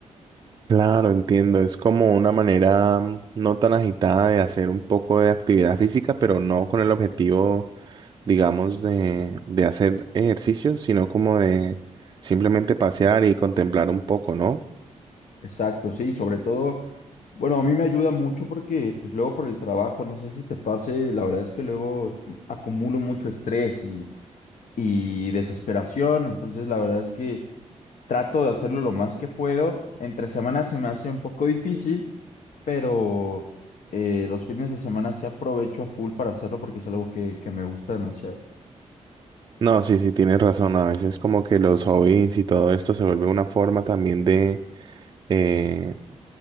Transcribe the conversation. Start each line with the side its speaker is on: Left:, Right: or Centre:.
Right: Claro, entiendo, es como una manera mm, no tan agitada de hacer un poco de actividad física, pero no con el objetivo, digamos, de, de hacer ejercicio, sino como de simplemente pasear y contemplar un poco, ¿no?
Left: Exacto, sí, sobre todo, bueno, a mí me ayuda mucho porque pues luego por el trabajo, no sé si te pase, la verdad es que luego acumulo mucho estrés y, y desesperación, entonces la verdad es que trato de hacerlo lo más que puedo. Entre semanas se me hace un poco difícil, pero eh, los fines de semana sí aprovecho a full para hacerlo porque es algo que, que me gusta demasiado.
Right: No, sí, sí, tienes razón, a veces como que los hobbies y todo esto se vuelve una forma también de... eh,